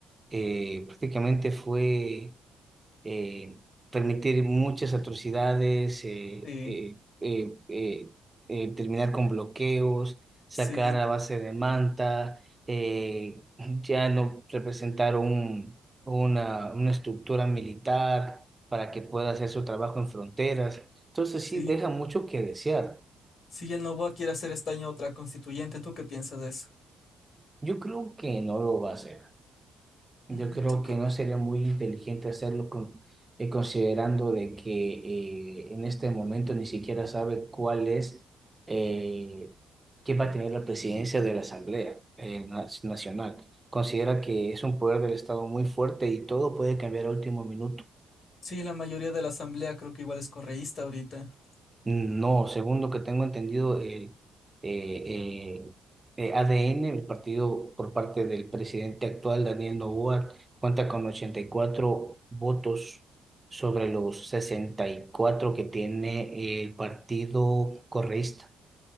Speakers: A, on the right; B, on the left.
A: eh, prácticamente fue eh, permitir muchas atrocidades, eh,
B: Sí,
A: eh, eh, eh, eh, terminar con bloqueos, sacar
B: sí,
A: a base de manta, eh, <laughs> ya no representar un, una, una estructura militar para que pueda hacer su trabajo en fronteras. Entonces
B: sí.
A: sí deja mucho que desear.
B: Si el Novoa quiere hacer esta año otra constituyente, ¿tú qué piensas de eso?
A: Yo creo que no lo va a hacer. Yo
B: Mm,
A: creo
B: Yo creo,
A: que no sería muy inteligente hacerlo con, eh, considerando de que eh, en este momento ni siquiera sabe cuál es, eh, qué va a tener la presidencia de la Asamblea eh, na- Nacional. Considera que es un poder del Estado muy fuerte y todo puede cambiar a último minuto.
B: sí, la mayoría de la asamblea creo que igual es correísta ahorita.
A: No, según lo que tengo entendido, el eh, eh, eh, ADN, el partido por parte del presidente actual, Daniel Noboa, cuenta con 84 votos sobre los 64 que tiene el partido correísta.